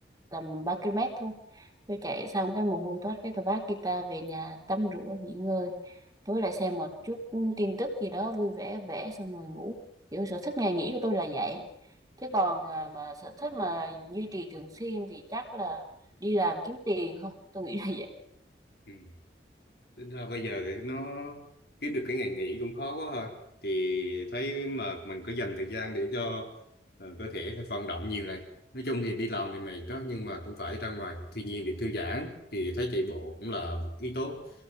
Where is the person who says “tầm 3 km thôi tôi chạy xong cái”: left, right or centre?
Right